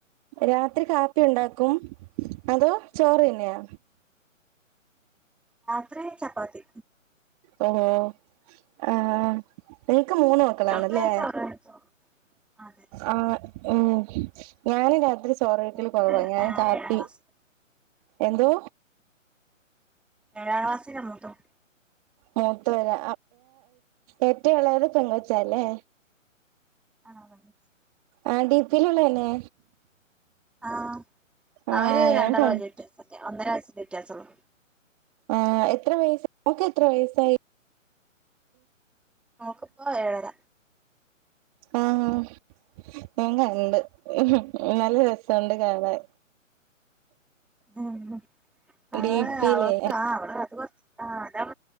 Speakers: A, on the right; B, in the centre.
A: രാത്രി കാപ്പി ഉണ്ടാക്കും അതോ ചോറ് തന്നെയോ
B: ഇവടെ ചപ്പാത്തി
A: ഓഹോ ആഹ് നിങ്ങക്ക് മൂന്ന് മക്കളാണല്ലേ
B: കുട്ടികൾക്ക് ചോറ് ചോറ് അതെ
A: ആഹ് ഉം ഞാനും രാത്രി ചോറീറ്റിൽ
B: മൂത്തത്
A: കുറവാ ഞാനും
B: ഏഴാം
A: കാപ്പി
B: ക്ലാസ്സില്
A: എന്തോ
B: ഏഴാം ക്ലാസിലാ മൂത്തമോൻ
A: മൂത്തവര് ഏറ്റവും എളയത് പെങ്ങൊച്ച അല്ലേ
B: ആഹ് പെങ്കൊച്
A: ആഹ് ഡി പിയിലുള്ള തന്നെ
B: ആ
A: ആ
B: അവര് രണ്ടാളും
A: ഞാൻ കണ്ട്
B: അതിലിട്ടെ ഒന്നര വയസ് ൻ്റെവ്യത്യാസം ഉള്ളു
A: ആഹ് എത്ര വയസ നമക്ക് എത്ര വയസായി
B: അവക്കിപ്പോ ഏഴര
A: ആഹ് ഞാൻ കണ്ട് നല്ല രസമുണ്ട് കാണാൻ
B: മ്മ് അ
A: ഡിപിയിലേ
B: അവക്ക് ആ അവ അത് കൊറച്ച് ആ അത്